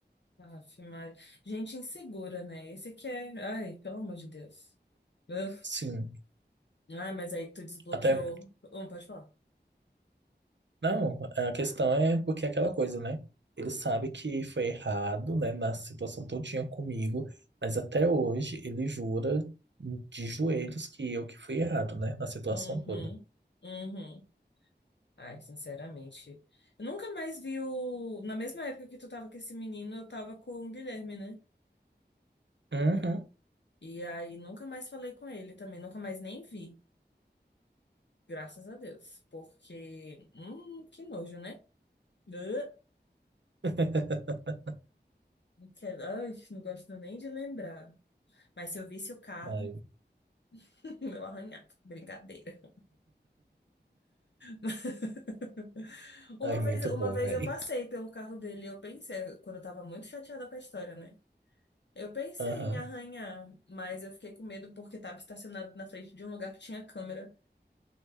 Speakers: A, on the left (about 75°); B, on the right (about 80°).
A: Aff, Maria. Gente insegura, né? Esse aqui é. Ai, pelo amor de Deus. Ugh.
B: Sim.
A: Ai, mas aí tu desbloqueou.
B: Até
A: Hum, pode falar.
B: Não, a questão é porque é aquela coisa, né? Ele sabe que foi errado, né, na situação todinha comigo, mas até hoje ele jura de joelhos que eu que fui errado, né, na situação
A: Uhum,
B: toda.
A: uhum. Ai, sinceramente. Eu nunca mais vi o. Na mesma época que tu tava com esse menino, eu tava com o Guilherme, né?
B: Uhum.
A: E aí nunca mais falei com ele também, nunca mais nem vi. Graças a Deus. Porque. Hum, que nojo, né? Ah,
B: <laughs>
A: não quero- Ai, não gosto nem de lembrar. Mas se eu visse o carro,
B: Ai.
A: <laughs> meu arranhado. Brincadeira. <laughs> Uma
B: Ai, muito
A: vez, uma
B: bom,
A: vez
B: velho.
A: eu passei pelo carro dele e eu pensei, quando eu tava muito chateada com a história, né? Eu pensei
B: Aham.
A: em arranhar, mas eu fiquei com medo porque estava estacionado na frente de um lugar que tinha câmera.